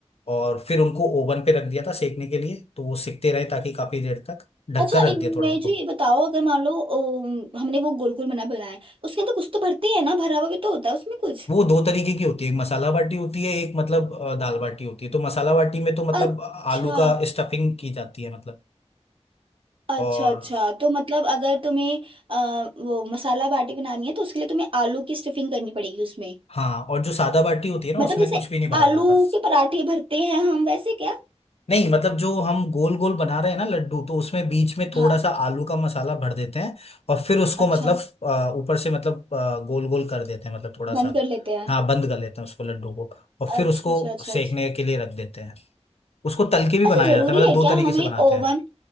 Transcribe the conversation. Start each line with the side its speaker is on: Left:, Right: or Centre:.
Left: और फिर उनको ओवन पे रख दिया था सेकने के लिए तो वो सिकते रहे ताकि काफी देर तक ढककर
Right: अच्छा
Left: रख
Right: एक
Left: दिया थोड़ा
Right: मैं
Left: उनको
Right: जो ये बताओ अगर मान लो ओ, हमने वो गोल गोल बना बनाए उसके अंदर कुछ तो भरते हैं ना भरा हुआ भी तो होता है उसमें कुछ
Left: वो दो तरीके की होती है एक मसाला बाटी होती है एक मतलब अ, दाल बाटी होती है तो मसाला बाटी में तो मतलब
Right: अच्छा
Left: आलू का स्टफिंग की जाती है मतलब
Right: अच्छा
Left: और
Right: अच्छा तो मतलब अगर तुम्हें आ, वो मसाला बाटी बनानी है तो उसके लिए तुम्हें आलू की स्टफिंग करनी पड़ेगी उसमें
Left: हाँ और जो सादा बाटी होती है ना
Right: मतलब
Left: उसमें
Right: जैसे
Left: कुछ भी नहीं भरा
Right: आलू
Left: जाता
Right: के पराठे भरते हैं हम वैसे क्या
Left: नहीं मतलब जो हम गोल गोल बना रहे हैं ना लड्डू तो उसमें बीच में
Right: हाँ
Left: थोड़ा सा आलू का मसाला भर देते हैं और फिर उसको
Right: अच्छा
Left: मतलब अ, ऊपर से मतलब गोल गोल कर देते हैं मतलब थोड़ा सा
Right: बंद कर लेते हैं
Left: हाँ बंद कर लेते हैं उसको लड्डू को और फिर
Right: अच्छा
Left: उसको
Right: अच्छा अच्छा
Left: सेकने
Right: अच्छा
Left: के लिए रख देते हैं उसको तल के भी
Right: अच्छा
Left: बनाया
Right: जरूरी
Left: जाता है मतलब
Right: है
Left: दो
Right: क्या
Left: तरीके
Right: हमें
Left: से बनाते
Right: ओवन
Left: हैं